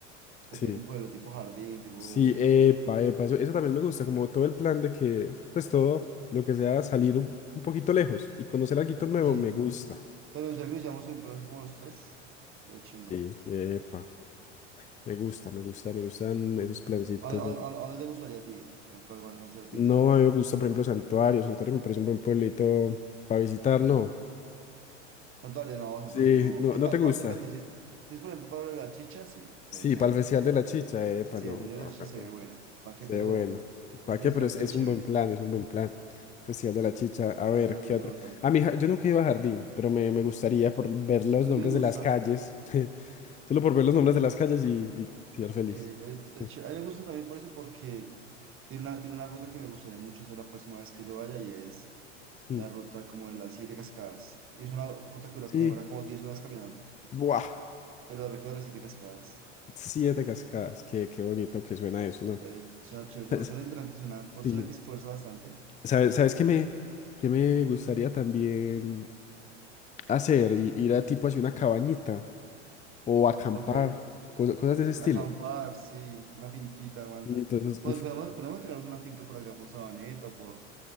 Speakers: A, on the right (about 35°); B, on the left (about 20°).
A: porque
B: Sí.
A: hay algún pueblo tipo jardín, tipo...
B: Sí, epa, epa, eso, eso también me gusta, como todo el plan de que, pues todo lo que sea salir un, un poquito lejos y conocer algo nuevo,
A: Sí,
B: me gusta.
A: pero ya que lo hicimos siempre así como los tres, es chimba.
B: Sí, epa, me gusta, me gusta, me gustan esos plancitos.
A: ¿A, a, a- a dónde te gustaría te ir? ¿Cuál, cuál, cuál sería tu
B: No,
A: idea?
B: a mí me gusta, por ejemplo, Santuario. Santuario me parece un buen pueblito para visitar, no.
A: Santuario no, santuario
B: Sí,
A: no.
B: no,
A: Pues
B: no
A: pa-
B: te gusta.
A: pa- depende, si es, si es por ejemplo para lo de la chicha, sí, sería
B: Sí,
A: interesante.
B: para el Festival de la Chicha, epa,
A: Si
B: no,
A: el video
B: no,
A: de la chicha se
B: no.
A: ve bueno, ¿para qué?
B: Sí,
A: Pero
B: bueno. ¿Para
A: ese
B: qué?
A: festival
B: Pero es,
A: se
B: es
A: ve chévere,
B: un buen plan, es un buen plan. Festival de la Chicha. A ver,
A: se nota,
B: ¿qué
A: se
B: otro?
A: nota.
B: A mí, ja- yo nunca he ido a Jardín, pero me, me gustaría por ver los
A: A
B: nombres
A: mí me gusta,
B: de las calles. <laughs> Solo por ver los nombres de las calles y, y ser feliz.
A: porque es, es
B: <laughs>
A: chévere. A mí me gusta también por eso, porque tiene una, tiene una ruta que me gustaría mucho hacer la próxima vez que yo vaya y es
B: Mm.
A: la ruta como de las siete cascadas. Y es una ruta que dura-
B: Sí.
A: que demora como 10 horas caminando.
B: Buah.
A: pero recorre siete cascadas.
B: Siete cascadas. Qué, qué bonito que suena eso, ¿no?
A: De chacho, es una
B: <laughs>
A: zona interesante, es una
B: Sí.
A: zona que esfuerza bastante.
B: ¿Sabes, sabes qué me, qué me gustaría también hacer? I- Ir a tipo así una cabañita o acampar,
A: Ok,
B: cosa- cosas de ese estilo.
A: un acampar, sí, una finquita, aguanta.
B: Y entonces,
A: Pues
B: uff.
A: podemos, podemos crearnos una finca por acá, por Sabaneta o por,